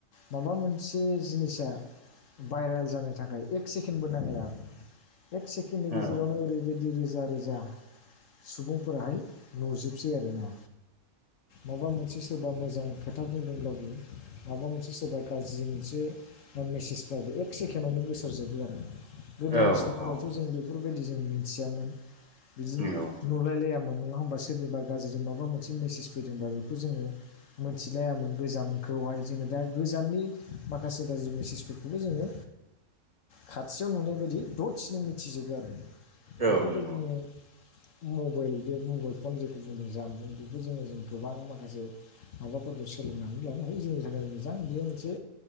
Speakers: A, on the left; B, on the right.
A: माबा मोनसे जिनिस या भाइरेल जानो थाखाय एक सेकेणडबो नांला आरो एक सेकेण्डनि गेजेरावनो
B: औ
A: ओरैबायदि रोजा रोजा सुबुंफोराहाय नुजोबसै आरो ना माबा मोनसे सोरबा मोजां खोथा बुंदोंब्लाबो माबा मोनसे सोरबा गाज्रि मोनसे मेसेजफ्राबो एक सेकेणडआवनो गोसारजोबो आरोना गोदोनि
B: औ
A: समफोरावथ'
B: औ
A: जों बे बेफोरबायदि जों मिथियामोन बिदिनो
B: नंगौ
A: नुलायलायामोन नङा होमबासो सोरनिबा गाज्रि माबा मोनसे मेसेज फैदोंबा बेखौ जोङो मोनथिलायामोन गोजानखौहाय जोङो दा गोजाननि माखासे गारजि गारजि मेसेजफोरखौबो जोङो खाथियाव नुनाय बायदि ददसेनो मिथिजोबो आरो बेफोरबायदिनो
B: औ नंगौ
A: मबाइल बे मबाइल फन जेखौ जोङो जामुं बेखौ जोङो जों गोबां माखासे माबाफोरखौ सोलोंनानै लानो हायो जोंनि थाखाय मोजां बेयो मोनसे